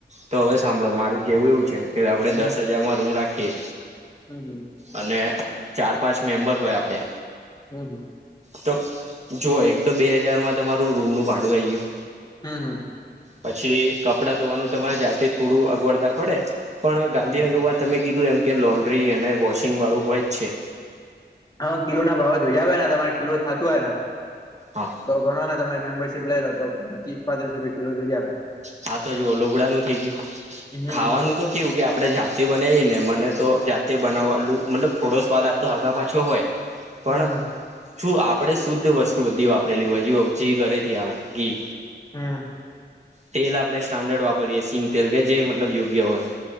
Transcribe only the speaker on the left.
હમ
હમ
હા હા.
હમ હમ.
હમ
હા કિલો ના ભાવે જોઈ આવે તમારે કિલો થતું હોય
તો ઘણો ને તમે મેમ્બરશીપ લઈ લો તો પણ ત્રીસ પાંત્રીસ રૂપિયા કિલો ધોઈ
હમ
હમ
હમ.
હમ.